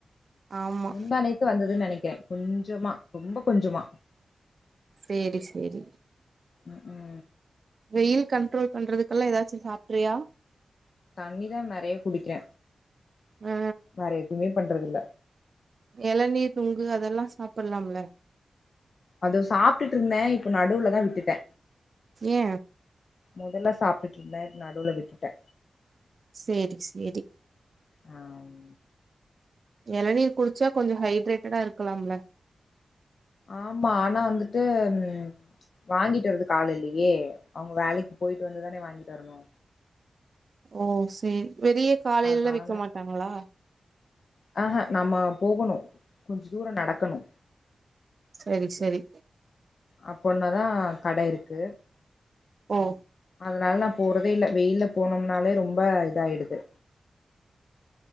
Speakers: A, on the right; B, on the left.
A: ஆமா
B: முந்தானேத்து வந்ததுன்னு நெனைக்கிறே கொஞ்சமா ரொம்ப கொஞ்சமா
A: சேரி சேரி
B: உஹ உம்
A: வெயில் கண்ட்ரோல் பண்றதுக்கெல்லா ஏதாச்சு சாப்ட்றியா
B: தண்ணிதான் நெறைய குடிக்கிறே
A: அ
B: வேற எதுமே பண்றதில்ல
A: எளநீர் நுங்கு அதெல்லா சாப்பிடலாம்ல
B: அது சாப்ட்டுட்டு இருந்தே இப்ப நடுவுலதா விட்டுட்டே
A: ஏ
B: முதல்ல சாப்பிட்டுட்ருந்தே இப்ப நடுவுல விட்டுட்டே
A: செரி செரி
B: ஆம்
A: இளநீர் குடிச்சா கொஞ்ச ஹைட்ரேட்டடா இருக்கலாம்ல
B: ஆமா ஆனா வந்துட்டு ம் வாங்கிட்டு வரது காலைலயே அவங்க வேலைக்கு போயிட்டு வந்து தானே வாங்கிட்டு வரணு
A: ஓ செரி வெளிய காலையிலல்லா
B: அதனால
A: விக்க மாட்டாங்களா
B: ஆஹா நம்ம போகணு கொஞ்ச தூரோ நடக்கணு
A: சரி சரி
B: அப்போன்னதா கடை இருக்கு
A: ஓ
B: அதனால நா போறதே இல்ல வெயில போனோம்னாலே ரொம்ப இதாயிடுது